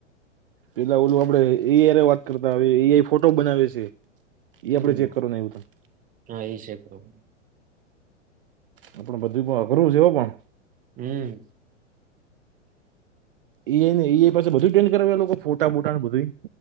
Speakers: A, on the right; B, on the right.
A: પેલા ઓલું આપડે એય વાત કરતા ઈ એ ફોટો બનાવે છે. ઈ
B: હમ
A: આપડે ચેક કરવાનું આયવુતું.
B: હા સેક કર <inaudible>
A: આપણે બધુંય બઉ અઘરું છે હો પણ.
B: હમ્મ
A: ઈ ને ઈ પાસે બધું ટ્રેન કરાવવાનું પણ <inaudible> ફોટા બોટાય બધું?